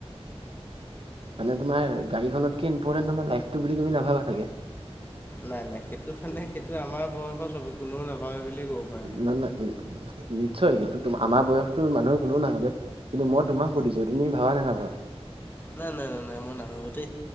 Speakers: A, on the right; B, on the left.
A: মানে তোমাৰ গাড়ীখনতকে ইম্পৰ্টেন্ট তোমাৰ লাইফটো বুলি তুমি নাভাবা চাগে?
B: নাই -নাই সেইটো ফালে সেইটো আমাৰ বয়সৰ চবে কোনেও নাভাবে বুলিয়ে ক'ব। পাৰা।
A: নহ নই নি -নিশ্চয় সেইটো আমাৰ বয়সতো মানুহে কোনও নাভাবে কিন্তু মই তোমাক সুধিছোঁ তুমি ভাবা নে নাভাবা?
B: নাই -নাই -নাই -নাই মই নাভাবো দে।